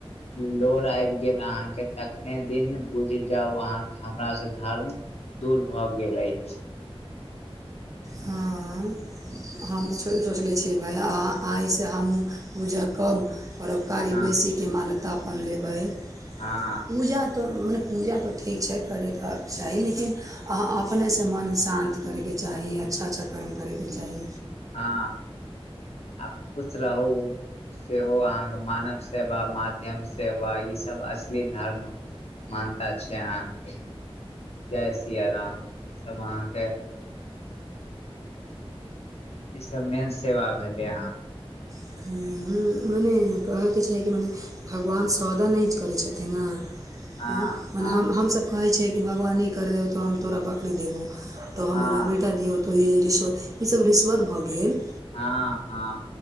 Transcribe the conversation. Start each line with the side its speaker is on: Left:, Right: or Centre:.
Left: लोर आबि गेल अहाँकेँ तखने दिन बुझि जाउ अहाँके हमरा सँ धर्म दूर भऽ गेल अछि
Right: हँ हम तऽ सोचलै छियै भाइ अहाँ आइसँ हमहूँ पूजा कम करब कार्य
Left: हँ
Right: बेसी केँ मान्यतापन अपन लेबै
Left: हँ
Right: पूजा तऽ मने पूजा तऽ ठीक छै करै केँ चाही लेकिन अहाँ अपने सँ मन शान्त करय केँ चाही अच्छा - अच्छा कर्म करय केँ चाही
Left: हँ आ खुश रहु सेहो अहाँकेँ मानव सेवा माध्यम सेवा ई सब असली धर्म मान्यता छै अहाँकेँ जय सिया राम ई सब अहाँकेँ ई सब मेन सेवा भेले अहाँ
Right: <unintelligible> माने कहऽ केँ छै माने भगवान सौदा नय करै छथिन नऽ
Left: हँ
Right: आय माने
Left: हँ
Right: हम हमसब कहै छियै कि भगवान ई कर देब तऽ हम तोरा बकरी देबौ तऽ हमर
Left: हँ
Right: बेटा दी होतऽ ई रिश्वत ई सब रिश्वत भऽ गेल
Left: हँ हँ